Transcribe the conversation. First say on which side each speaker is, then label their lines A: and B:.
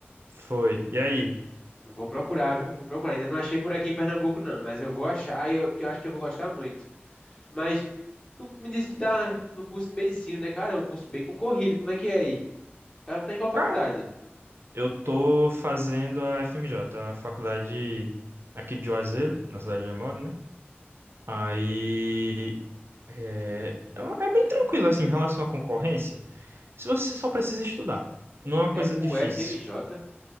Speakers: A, on the right (about 70°); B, on the left (about 25°).
A: Foi. E aí?
B: Eu vou procurar, viu? Vou procurar. Ainda não achei por aqui em Pernambuco, não, mas eu vou achar e eu, porque eu acho que eu vou gostar muito. Mas tu me disse que tá no curso de medicina, né, cara? É um curso bem concorrido. Como é que é aí? Tá, tá em qual faculdade?
A: Cara, eu tô fazendo a FMJ, a faculdade aqui de Juazeiro, na cidade onde eu moro, né? Aí é, é é bem tranquilo assim em relação à concorrência. Se você só precisa estudar, não é uma
B: É
A: coisa difícil.
B: UFMJ?